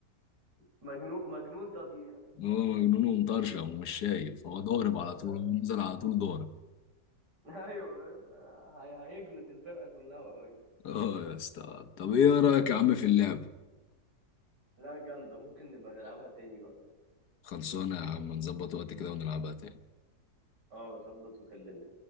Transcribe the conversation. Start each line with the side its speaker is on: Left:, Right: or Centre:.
Right: مجنون مجنون تضييع
Left: هو مجنون ومطرشم ومش شايف هو
Right: <laughs>
Left: ضارب على
Right: آه.
Left: طول نزل على طول ضارب
Right: ايوه هي- هيجلط الفرقة كلها قريب
Left: اه يا اسطى طب ايه رأيك يا عم في اللعب
Right: لا جامدة ممكن نبقى نلعبها تاني بقى
Left: خلصونا يا عم نظبط وقت كده ونلعبها تاني
Right: اه ظبط وكلمني